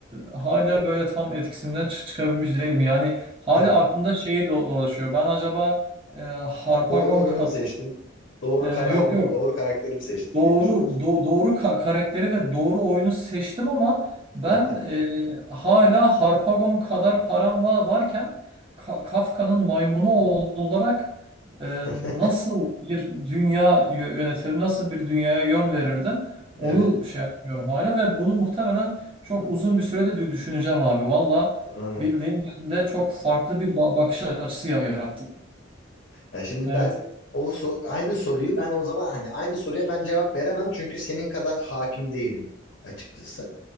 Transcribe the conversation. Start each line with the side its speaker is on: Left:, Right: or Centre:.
Right: hala böyle tam etkisinden çı- çıkabilmiş değilim. Yani hala
Left: Evet.
Right: aklımda şeyi do- dolaşıyor. Ben acaba e, Harpagon
Left: Doğru oyunu
Right: kad-
Left: mu seçtim? Doğru
Right: e,
Left: kararı
Right: yok
Left: mı?
Right: yok
Left: Doğru karakterimi seçtim
Right: doğru
Left: diye düşünüyorsun.
Right: do- doğru ka- karakteri ve doğru oyunu seçtim ama ben
Left: <laughs>
Right: e, hala Harpagon kadar param va- varken Ka- Kafka'nın maymunu olarak e,
Left: <laughs>
Right: nasıl bir dünya yö- yönetirdim, nasıl bir dünyaya yön verirdim onu
Left: Evet.
Right: şey yapıyorum hala ve bunu muhtemelen çok uzun bir sürede dü- düşüneceğim abi. Valla
Left: Aynen.
Right: bildiğin de çok farklı bir ba- bakış açısı ya- yarattı.
Left: Ya şimdi
Right: Evet.
Left: ben o so- aynı soruyu ben o zaman hani aynı soruya ben cevap veremem çünkü senin kadar hakim değilim açıkçası